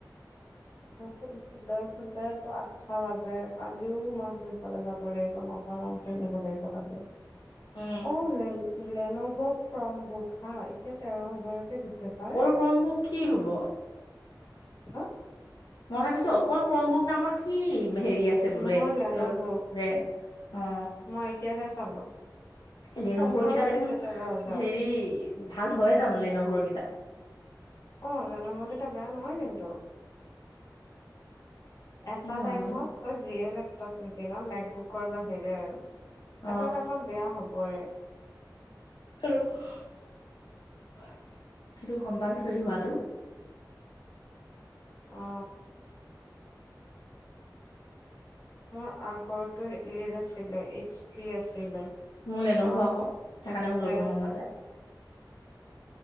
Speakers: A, on the left; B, on the left.
A: উম উঠোতে উঠোতে তো আঠটা বাজে কালিও মই সোনকালে যাব লাগিব ন। তালাপ যাব লাগিব কাইলে
B: উম,
A: অ লে লেনভত ক্ৰম বুক হা এতিয়া তেৰ হাজাৰতে দিছে তাৰ।
B: ক্ৰমবোৰ কি হ'ব?
A: হেল্ল
B: মই ভাবিছো অকল ক্ৰমবোক নামৰ কি হেৰি আছে বোলে
A: নহয়
B: অ
A: লেনভ
B: ব্ৰেণ্ড অ।
A: মই এতিয়াহে চালো।
B: লেনুভোৰ
A: অফাৰত
B: কেইটা দেখোন
A: দিছে তেৰ হাজাৰ
B: হেৰি ভাল হয় জানো লেনভৰ কেইটা?
A: অ লেনভৰকেইটা বেয়া নহয় কিন্তু। এটা
B: জানো
A: টাইমত তই যিয়ে লেপটপ নিকিন মেকবোকৰ বাহিৰে আৰু এটা
B: অ
A: টাইমত বেয়া হবই।
B: আৰু সেইটো কম্পালচৰি হোৱাতো
A: অ। মোৰ আগৰতো হেৰি আছিলে এইচ পি আছিলে।
B: মোৰ লেনেভ
A: ৰ
B: আক সেকাণে
A: সেইটোকে
B: মো ল'ব মন নাযায়।